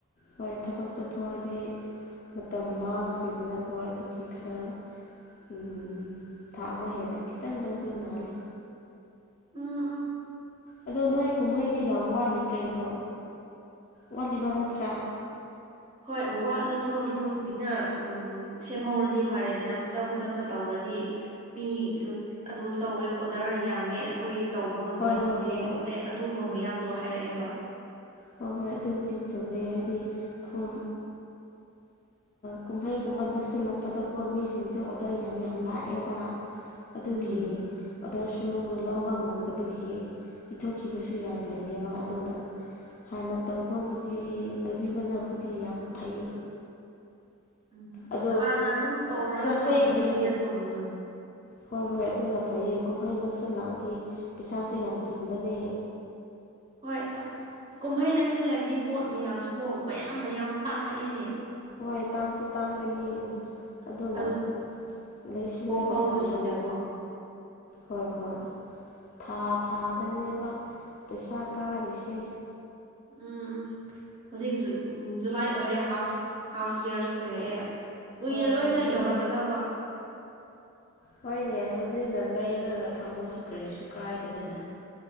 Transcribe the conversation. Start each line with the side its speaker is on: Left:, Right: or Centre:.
Left: ꯍꯣꯏ ꯊꯕꯛ ꯆꯠꯊꯣꯛꯑꯗꯤ ꯃꯇꯝ ꯃꯥꯡꯈ꯭ꯔꯤꯗꯅꯀꯣ ꯑꯗꯨꯒꯤ ꯈꯔ ꯎꯝ ꯊꯥ ꯑꯃ ꯍꯦꯟꯅ ꯈꯤꯇꯪ ꯂꯧꯗꯣꯏ ꯃꯥꯜꯂꯦ
Right: ꯎꯥ ꯎ
Left: ꯑꯗꯣ ꯅꯣꯏ ꯀꯨꯝꯍꯩꯗꯤ ꯌꯥꯝ ꯋꯥꯠꯂꯤ ꯀꯩꯅꯣ ꯋꯥꯂꯤꯕ ꯅꯠꯇ꯭ꯔꯥ
Right: ꯍꯣꯏ ꯋꯥꯠꯂꯁꯨ ꯑꯗꯨꯝ ꯍꯧꯖꯤꯛꯅ ꯎ ꯁꯦꯝꯍꯧꯔꯗꯤ ꯐꯔꯦꯗꯅ ꯈꯨꯗꯛ ꯈꯨꯗꯛꯇ ꯇꯧꯔꯗꯤ ꯃꯤꯁꯨ ꯑꯗꯨ ꯇꯧꯋꯦ ꯑꯣꯗ ꯁꯔ ꯌꯥꯝꯃꯦ ꯑꯩꯈꯣꯏ ꯇꯧꯕ ꯉꯝꯕ꯭ꯔꯥ
Left: ꯍꯣꯏ
Right: ꯆꯤꯜꯂꯦ
Left: ꯍꯣꯏ ꯍꯣꯏ
Right: ꯈꯣꯠꯂꯦ ꯑꯗꯨꯒꯨꯝꯕ ꯃꯌꯥꯝꯗꯣ ꯍꯥꯏꯔꯛꯑꯦꯕ
Left: ꯍꯣꯏ ꯍꯣꯏ ꯑꯗꯨꯕꯨꯗꯤ ꯆꯨꯝꯃꯦꯩ ꯍꯥꯏꯗꯤ ꯈꯨꯝ
Right: <unintelligible>
Left: ꯀꯨꯝꯍꯩꯒꯨꯝꯕ ꯅꯛꯁꯤꯜꯂꯛꯄꯗꯀꯣ ꯃꯤꯁꯤꯡꯁꯦ ꯑꯣꯗꯔ ꯌꯥꯝ ꯌꯥꯝ ꯂꯥꯛꯑꯦꯕ ꯑꯗꯨꯒꯤ
Right: ꯎꯝ
Left: ꯑꯣꯗꯔꯁꯨ ꯂꯧꯕ ꯉꯝꯗꯕꯒꯤ ꯄꯤꯊꯣꯛꯈꯤꯕꯁꯨ ꯌꯥꯝ ꯂꯩꯌꯦꯕ ꯑꯗꯨꯅ ꯍꯥꯟꯅ ꯇꯧꯕꯕꯨꯗꯤ ꯇꯧꯕꯤꯕꯅꯕꯨꯗꯤ ꯌꯥꯝ ꯐꯩ
Right: ꯎꯝ
Left: ꯑꯗꯣ
Right: ꯍꯥꯟꯅ ꯑꯗꯨꯝ ꯇꯧꯔꯒ
Left: ꯀꯨꯝꯍꯩꯒꯤ
Right: ꯊꯝꯕꯦꯗꯤꯗ ꯊꯝꯕꯗꯨꯣ
Left: ꯍꯣꯏ ꯍꯣꯏ ꯑꯗꯨꯅ ꯐꯩꯌꯦ ꯀꯨꯝꯍꯩ ꯅꯛꯁꯜꯂꯛꯑꯗꯤ ꯄꯩꯁꯥꯁꯨ ꯌꯥꯝ ꯆꯤꯟꯕꯅꯦ
Right: <unintelligible> ꯍꯣꯏ ꯑꯁ ꯀꯨꯝꯍꯩ ꯅꯛꯁꯤꯜꯂꯗꯤ ꯄꯣꯠ ꯃꯌꯥꯝꯁꯨꯀꯣ ꯃꯌꯥꯝ ꯃꯌꯥꯝ ꯇꯥꯡꯉꯛꯑꯦꯅꯦ
Left: ꯍꯣꯏ ꯇꯥꯡꯁꯨ ꯇꯥꯡꯒꯅꯤ
Right: ꯎꯝ
Left: ꯑꯗꯨꯅ
Right: ꯑꯗꯨ
Left: ꯂꯩꯁꯤꯜꯂꯒ
Right: ꯍꯣꯡꯍꯧꯔꯤꯁꯤꯗꯀꯣ
Left: ꯊꯝꯕꯅꯗꯤ ꯍꯣꯏ ꯍꯣꯏ ꯊꯥ ꯊꯥꯗꯅꯦꯕ ꯄꯩꯁꯥ ꯀꯥꯔꯤꯁꯦ
Right: ꯎꯝ ꯎꯝ ꯍꯧꯖꯤꯛ ꯖꯨꯂꯥꯏ ꯑꯣꯏꯔꯦ ꯍꯥꯐ ꯍꯥꯐ ꯌꯔꯁ ꯑꯣꯏꯔꯛꯑꯦ ꯀꯨꯏꯔꯔꯣꯏꯗ
Left: ꯍꯣꯏ ꯍꯥꯞꯄꯤꯦ
Right: ꯌꯧꯔꯛꯀꯗꯕ
Left: ꯍꯣꯏꯅꯦ ꯍꯧꯖꯤꯛꯅ ꯂꯩ ꯈꯂꯒ ꯊꯝꯃꯁꯨ ꯀꯔꯤꯁꯨ ꯀꯥꯏꯗ꯭ꯔꯦꯗ
Right: ꯎꯝ